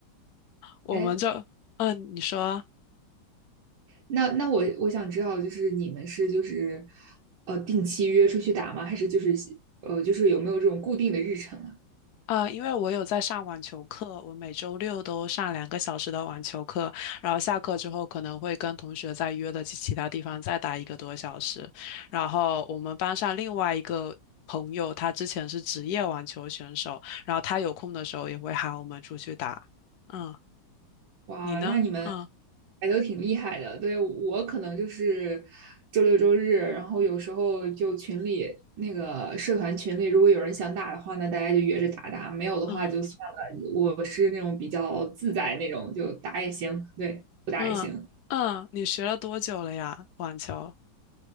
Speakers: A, on the left; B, on the right.
A: 我们就，
B: 哎，
A: 嗯，你说。
B: 那那我我想知道，就是你们是就是呃定期约出去打吗？还是就是呃就是有没有这种固定的日程啊？
A: 啊，因为我有在上网球课，我每周六都上两个小时的网球课，然后下课之后可能会跟同学再约的去其他地方再打一个多小时。然后我们班上另外一个朋友，他之前是职业网球选手，然后他有空的时候也会喊我们出去打。嗯，
B: 哇，
A: 你呢？
B: 那你们
A: 嗯
B: 还都挺厉害的。对，我可能就是周六周日，然后有时候就群里那个社团群里，如果有人想打的话那大家就约着打打；没有的话就算了。
A: 嗯
B: 我是那种比较自在那种，就打也行，对，不打也行。
A: 嗯嗯，你学了多久了呀？网球？